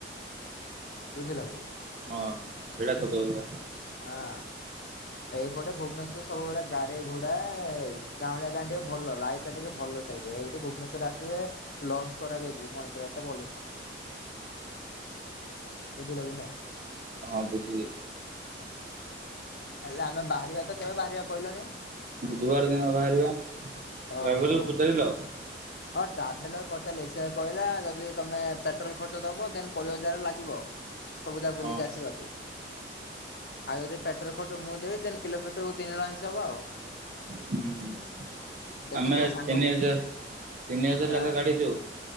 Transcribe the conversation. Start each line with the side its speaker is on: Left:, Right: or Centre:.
Left: ବୁଝିଲକି।
Right: ହଁ ଏଟା ସତକଥା।
Left: ହଁ। ଏଇପଟେ ଭୁବନେଶ୍ଵରରେ ସବୁବେଳେ ଗାଡି ଘୋଡା ଗାଉଁଳିଆ ଗାଁ ଟିକେ ଭଲ ଲାଇଫ ଟା ଟିକେ ଭଲ ଥା ଏଇଠି ଭୁବନେଶ୍ୱର ଆଶିଲେ ଲଙ୍ଗସ ଖରାପ ହେଇଯିବ ମଣିଷର ଏତେ ଭଲପଲ୍ୟୁସନ। ବୁଝିଲକି ନାଇଁ?
Right: ହଁ ବୁଝିଲି।
Left: ହେଲେ ଆମେ ବାହାରିବା ତ କେବେ ବାହାରିବା କହିଲୁନି?
Right: ବୁଧବାର ଦିନ ବାହାରିବା
Left: ଅ
Right: ଟ୍ରାଭେଲ
Left: ହଉ।
Right: କୁ ପଚାରିଲ।
Left: ହଁ ଟ୍ରାଭେଲର ପଚାରିଲି ସେ କହିଲା ଯଦି ତମେ ପେଟ୍ରୋଲ ଖର୍ଚ୍ଚ ଦବ ଦେନ କୋଡିଏ ହଜାର ଲାଗିବ। ସବୁଯାକ ବୁଲିକି
Right: ହଁ
Left: ଆସିବାକୁ। ଆଉ ଯଦି ପଟ୍ରୋଲ ଖର୍ଚ୍ଚ ମୁଁ ଦେବି ଦେନ କିଲୋମିଟର କୁ ତିନି ହିସାବ ଆଉ।
Right: ହୁଁ ହୁଁ
Left: ଦେଖ
Right: ଆମେ
Left: ତମ ସାଙ୍ଗ
Right: ତିନି
Left: ମୁଁ
Right: ହଜାର ତିନି ହଜାର
Left: ଆଁ
Right: ଲେଖାଏ କାଢିଛୁ।